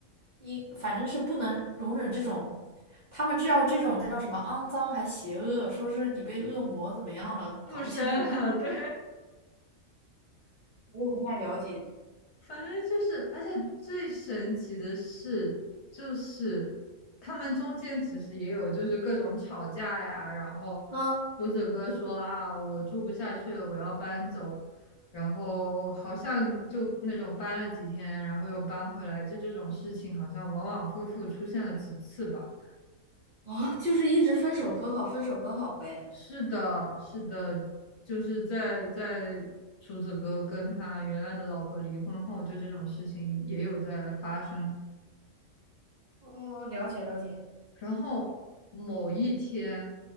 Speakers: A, on the right; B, on the left.
A: 一反正是不能容忍这种，他们知道这种叫什么肮脏还邪恶，说是你被恶魔怎么样了，
B: 附身了，
A: 搞不清楚，
B: 对，
A: 我也不太了解。
B: 反正就是，而且最神奇的是，就是他们中间其实也有就是各种吵架呀，然后
A: 嗯，
B: 胡子哥说啊，我住不下去了，我要搬走，然后好像就那种搬了几天，然后又搬回来，就这种事情好像往往复复出现了几次吧。
A: 啊，就是一直分手和好，分手和好呗。
B: 是的，是的，就是在在厨子哥跟他原来的老婆离婚后，就这种事情也有在发生。
A: 哦，了解了解。
B: 然后某一天，